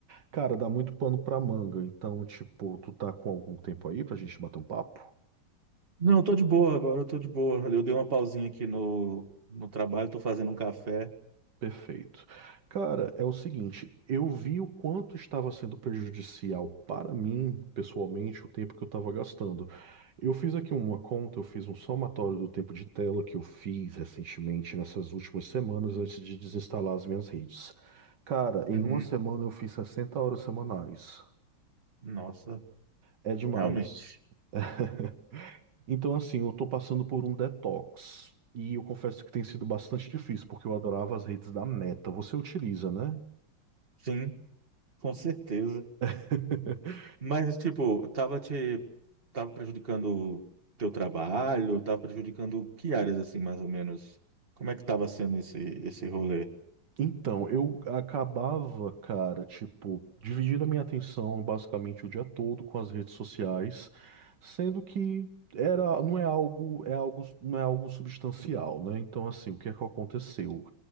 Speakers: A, on the right; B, on the right.
A: Cara, dá muito pano pra manga, então, tipo, tu tá com algum tempo aí pra gente bater um papo?
B: Não, eu tô de boa agora, eu tô de boa. Eu dei uma pausinha aqui no, no trabalho, tô fazendo um café.
A: Perfeito. Cara, é o seguinte, eu vi o quanto estava sendo prejudicial para mim, pessoalmente, o tempo que eu estava gastando. Eu fiz aqui uma conta, eu fiz um somatório do tempo de tela que eu fiz recentemente, nessas últimas semanas, antes de desinstalar as minhas redes. Cara,
B: Uhum.
A: em uma semana eu fiz 60 horas semanais.
B: Nossa,
A: É demais.
B: realmente.
A: <laughs> Então, assim, eu tô passando por um detox. E eu confesso que tem sido bastante difícil, porque eu adorava as redes da Meta. Você utiliza, né?
B: Sim, com certeza.
A: <laughs>
B: Mas, tipo, tava te, tava prejudicando teu trabalho, tava prejudicando que áreas, assim, mais ou menos? Como é que tava sendo esse, esse rolê?
A: Então, eu acabava, cara, tipo, dividindo a minha atenção basicamente o dia todo com as redes sociais, sendo que era, não é algo, é algo, não é algo substancial, né? Então, assim, o que é que aconteceu?